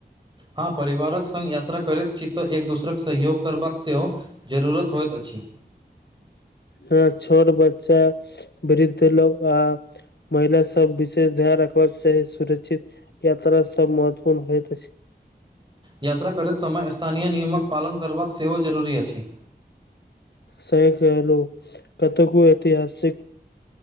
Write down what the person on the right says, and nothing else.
हँ परिवारक संग यात्रा करैत छी तऽ एक दोसरक सहयोग करबाक सेहो जरूरत होइत अछि।
यात्रा करैत समय स्थानीय नियमक पालन करबाक सेहो जरूरी अछि।